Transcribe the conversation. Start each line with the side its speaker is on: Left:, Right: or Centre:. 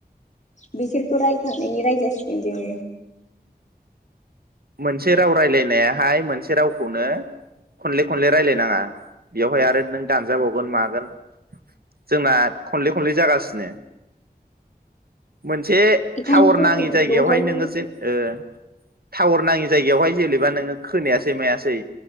Left: <unintelligible> बेखौ रायखांनायनि रायजजासिगोन जोङो। <inaudible>
Right: मोनसे राव रायलायनायाहाय मोनसे रावखौनो खनले खनले रायलायनाङा बेवहाय आरो नों दानजाबावगोन मागोन जोंना खनले खनले जागासिनो। मोनसे
Left: बेखायनो
Right: टावर
Left: जोङो
Right: नाङि जायगायावहाय
Left: दहायनो
Right: नोङो जेन ओ टावार नाङि जायगायावहाय जेनेबा नोङो खोनायासै मायासै